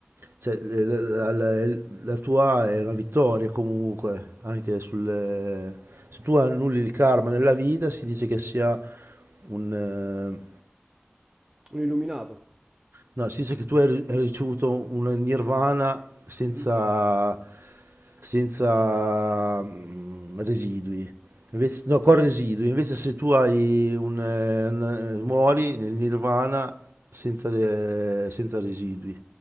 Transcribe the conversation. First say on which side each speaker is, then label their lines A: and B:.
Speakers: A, on the right; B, on the right.
A: cioè, la, la- la tua è una vittoria comunque, anche sul... Se tu annulli il karma nella vita, si dice che sia un... eh,
B: Un illuminato.
A: No, si dice che tu hai ri- hai ricevuto un nirvana senza,
B: Mhm.
A: senza mm, residui. Invece, no, con residui. Invece se tu hai un, eh, un- muori nel nirvana senza, re- senza residui.